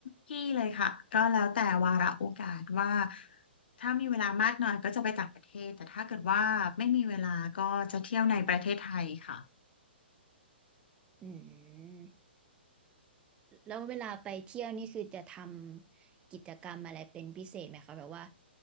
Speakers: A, on the left; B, on the right.
A: ที่เลยค่ะ ก็แล้วแต่วาระโอกาสว่าถ้ามีเวลามากหน่อยก็จะไปต่างประเทศแต่ถ้าเกิดว่าไม่มีเวลาก็จะเที่ยวในประเทศไทยค่ะ
B: อืมแล้วเวลาไปเที่ยวนี่คือจะทำกิจกรรมอะไรเป็นพิเศษไหมคะแบบว่า